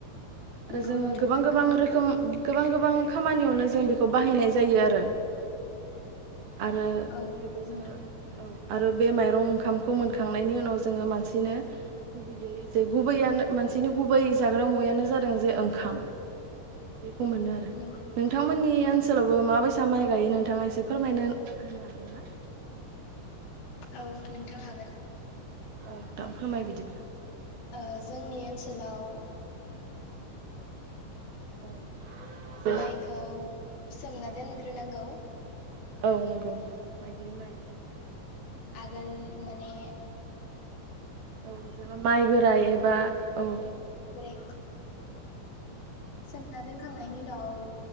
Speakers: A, on the left; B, on the right.
A: नोंगौ
B: आरो जोङो
A: नोंथां
B: गोबां गोबां रोखोम गोबां गोबां खामानियावनो जों बे बाहायनाय जायो आरो आरो
A: औ नोंगौ
B: बेखौ जोङो
A: नोंथां
B: औ आरो बे माइरं ओंखामखौ मोनखांनायनि उनाव जोङो मानसिनो गुबैयै जे गुबैयानो मानसिनि गुबै जाग्रा मुवायानो जादों जे ओंखाम बेखौ मोनो आरो
A: नोंगौ
B: नोंथांमोननि ओनसोल ओनसोलावबो माबायसा माइ गायो नोंथाङा एसे फोरमायनो होनो हागोन ना
A: औ नोंथां हागोन
B: औ नोंथां फोरमाय बिदिब्ला
A: ओ जोंनि ओनसोलाव <inaudible>
B: <inaudible> जे
A: माइखौ सोमना दोनग्रो नांगौ
B: औ नंगौ माइग्लि माइ औ
A: आगोल माने
B: औ जेनेबा माइबो गायोबा औ
A: <unintelligible> सोमना दोन फोखांनायनि उनाव